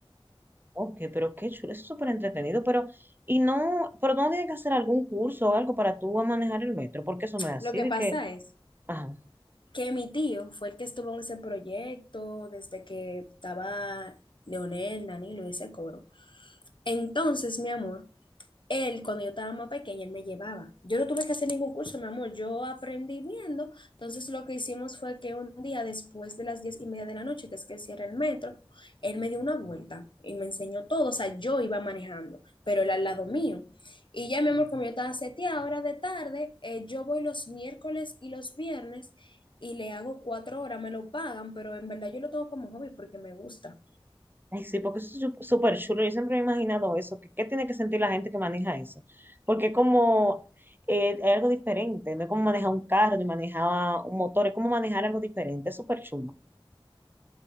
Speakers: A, on the right; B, on the left.
A: Ok, pero qué chulo, eso es súper entretenido, pero, y no, pero no tienen que hacer algún curso o algo para tú a manejar el metro, porque eso no es así,
B: Lo que
A: de
B: pasa
A: que,
B: es
A: ajá,
B: que mi tío fue el que estuvo en ese proyecto desde que estaba Leonel, Danilo y ese coro. Entonces, mi amor. Él, cuando yo estaba más pequeña, él me llevaba. Yo no tuve que hacer ningún curso, mi amor. Yo aprendí viendo. Entonces, lo que hicimos fue que un día, después de las diez y media de la noche, que es que cierra el metro, él me dio una vuelta y me enseñó todo. O sea, yo iba manejando, pero él al lado mío. Y ya, mi amor, como yo estaba seteada, ahora de tarde, eh, yo voy los miércoles y los viernes y le hago cuatro horas. Me lo pagan, pero en verdad yo lo tengo como hobby porque me gusta.
A: ay, sí, porque eso es sup- súper chulo, yo siempre me he imaginado eso, que qué tiene que sentir la gente que maneja eso, porque es como, eh, es algo diferente, no es como manejar un carro, ni manejar un motor, es como manejar algo diferente, es súper chulo.